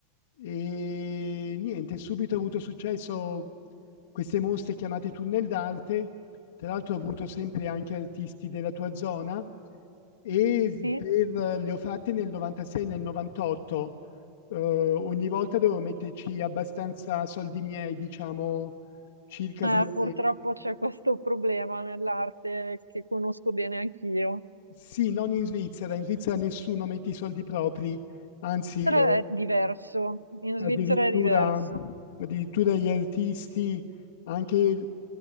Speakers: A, on the left (about 55°); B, on the right (about 85°).
A: Ehm, niente, subito ho avuto successo queste mostre chiamate Tunnel d'arte, tra l'altro ho avuto sempre anche artisti della tua zona e s
B: sì.
A: per le ho fatte nel '96 e nel '98 eh, ogni volta devo metterci abbastanza soldi miei, diciamo circa
B: Eh,
A: due...
B: purtroppo c'è questo problema nell'arte che conosco bene anch'io.
A: Sì, non in Svizzera, in Svizzera nessuno mette i soldi propri, anzi
B: Però
A: eh,
B: È diverso, in
A: addirittura,
B: Svizzera è diverso,
A: addirittura gli artisti, anche